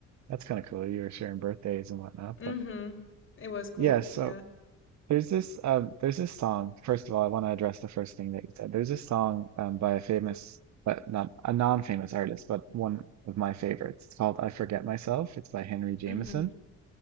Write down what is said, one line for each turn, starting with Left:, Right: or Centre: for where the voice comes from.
Right: that's kind of cool. You were sharing birthdays and whatnot,
Left: Mm-hmm.
Right: but
Left: It was cool.
Right: yeah. So
Left: Yeah.
Right: there's this um there's this song. First of all, I want to address the first thing that you said. There's this song um by a famous but not a non-famous artist, but one of my favorites. It's called "I Forget Myself." It's by Henry Jameson.
Left: Mm-hmm.